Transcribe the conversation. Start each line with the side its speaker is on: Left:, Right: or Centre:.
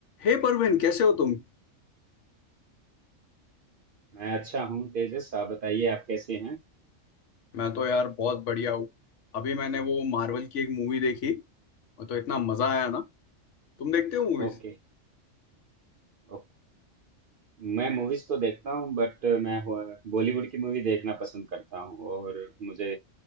Left: हे परवीन कैसे हो तुम
Right: मैं अच्छा हूँ तेजस आप बताइए आप कैसे हैं
Left: मैं तो यार बहुत बढ़िया हूँ अभी मैंने वो मार्वल की एक मूवी देखी वो तो इतना मजा आया ना तुम देखते हो मूवीज
Right: ओके ओके मैं मूवीज तो देखता हूँ बट मैं बॉलीवुड की मूवी देखना पसंद करता हूँ और मुझे